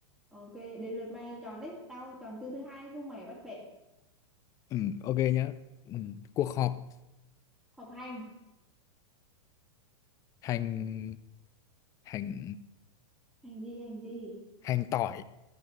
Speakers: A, in the centre; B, on the left (about 20°).
A: ok đến lượt mày chọn đấy tao chọn từ thứ hai không mày bắt bẻ
B: ừ, ok nhá ừ, cuộc họp
A: họp hành
B: hành hành
A: hành gì hành gì
B: hành tỏi